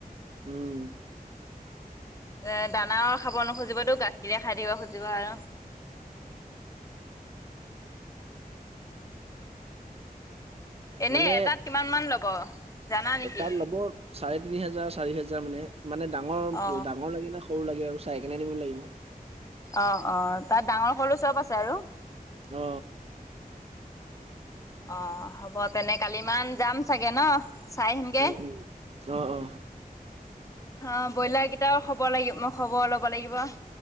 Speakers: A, on the right; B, on the left.
A: উম।
B: এ দানাও খাব নোখোজিবতো গাখীৰে খাই থাকিব খুজিব আৰু। এনে
A: মানে
B: এটাত কিমান মান লব? জানা নেকি
A: তাত ল'ব চাৰে তিনি হাজাৰ চাৰি হেজাৰ মানে। মানে ডাঙৰ
B: অ
A: ডাঙৰ লাগিলে সৰু লাগে আৰু চাইকেনে আনিব লাগিব।
B: অ, অ, তাত ডাঙৰ সৰু চব আছে আৰু।
A: অ।
B: অ, হ'ব তেনে কালি মান যাম চাগে ন, চাই আহিমগে?
A: উম উম অ অ
B: অ ব্ৰইলাৰ কেইটাও খব লাগিব মই খবৰ ল'ব লাগিব।